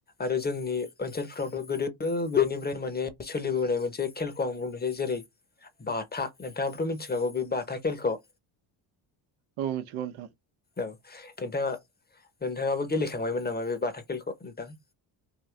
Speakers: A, on the left; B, on the right.
A: आरो जोंनि ओनसोलफ्रावथ' गोदो गोदायनिफ्रायनो माने सोलिबोनाय मोनसे खेलखौ आं बुंनोसै जों जेरै बाथा नोंथाङाबथ' मिथिखागौ बे बाथा खेलखौ?
B: औ मिथिगौ नोंथां
A: औ नोंथाङा नोंथाङाबो गेलेखांबायमोन नामा बे बाथा खेलखौ नोंथां?